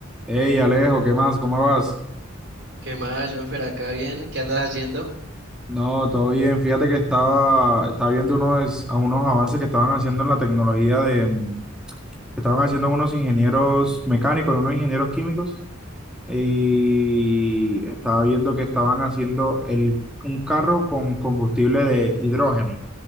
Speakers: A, in the centre; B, on the right.
A: Hey Alejo, ¿qué más? ¿Cómo vas?
B: ¿Qué más, Jonfer? Acá bien, ¿qué andas haciendo?
A: No, todo bien. Fíjate que estaba, estaba viendo unos, a unos avances que estaban haciendo en la tecnología de, mm, que estaban haciendo unos ingenieros mecánicos y unos ingenieros químicos. Y estaba viendo que estaban haciendo el, un carro con combustible de hidrógeno.